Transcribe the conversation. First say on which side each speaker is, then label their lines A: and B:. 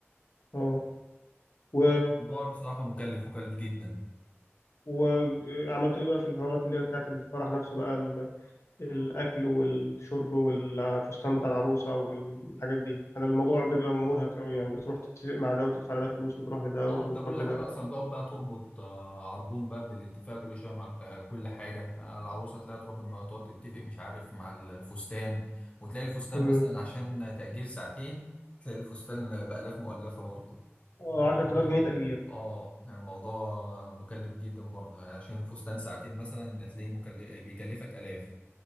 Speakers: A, on the left; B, on the left.
A: اه و...
B: لا الموضوع بصراحه مكلف مكلف جدا
A: وعملتوا ايه بقى في الحوارات اللي هي بتاعت الفرح نفسه بقى ال- الاكل والشرب والفستان بتاع العروسه والحاجات دي انا الموضوع بيبقى مرهق قوي يعني انت تروح تتفق مع ده وتدفع لده فلوس وتروح لده
B: اه
A: وتروح
B: انت كل
A: لده
B: حاجه اصلا بتقعد بقى تربط آه، عربون بقى بالاتفاق كل شويه مع آه، كل حاجه آه، العروسه تلاقيها تروح الم- تقعد تتفق مش عارف مع ال- الفستان وتلاقي الفستان
A: امم
B: مثلا عشان تأجير ساعتين تلاقي الفستان بآلاف مؤلفه برضه
A: اه 10000
B: يعني
A: جنيه تأجير
B: اه يعني الموضوع مكلف جدا برضه يعني عشان الفستان ساعتين مثلا هتلاقيه مكلف بيكلفك آلاف